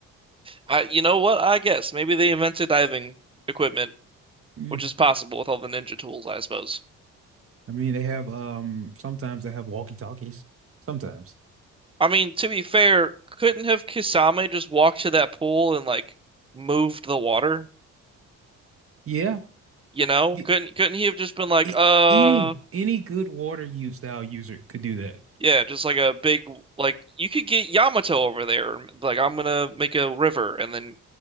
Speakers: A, on the right (about 15°); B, on the right (about 45°).
A: I, you know what? I guess maybe they invented diving equipment,
B: <laughs>
A: which is possible with all the ninja tools, I suppose.
B: I mean, they have um sometimes they have walkie-talkies. Sometimes.
A: I mean, to be fair, couldn't have Kisame just walked to that pool and like moved the water?
B: Yeah.
A: You know?
B: Y-
A: Couldn't couldn't he have just been like,
B: a-
A: uh,
B: any any good water use style user could do that.
A: yeah, just like a big like you could get Yamato over there and be like I'm gonna make a river and then